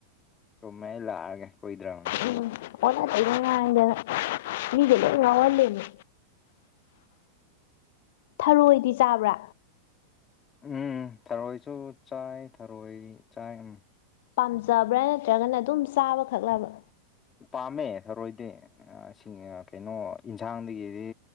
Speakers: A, on the left; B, on the left.
A: ꯆꯨꯝꯃꯦ ꯑꯩ ꯂꯥꯛꯑꯒꯦ ꯀꯨꯢꯗꯔꯅꯤ
B: ꯎꯝ ꯑꯣꯅ ꯇꯦꯢꯅꯥ ꯉꯥꯢꯗꯅ ꯃꯤꯒ ꯂꯣꯢ ꯉꯥꯎꯍꯜꯂꯦꯃꯤ ꯊꯔꯣꯢꯗꯤ ꯆꯥꯕ꯭ꯔꯥ
A: ꯎꯝ ꯊꯔꯣꯏꯁꯨ ꯆꯥꯏ ꯊꯔꯣꯏ ꯆꯥꯏ ꯎꯝ
B: ꯄꯥꯝꯖꯕ꯭ꯔꯥ ꯅꯠꯇ꯭ꯔꯒꯅ ꯑꯗꯨꯝ ꯆꯥꯕꯈꯛꯂꯕ
A: ꯄꯥꯝꯃꯦ ꯊꯔꯣꯏꯗꯤ ꯑꯥ ꯁꯤꯡ ꯑꯥ ꯀꯩꯅꯣ ꯏꯟꯁꯥꯡꯗꯒꯤꯗꯤ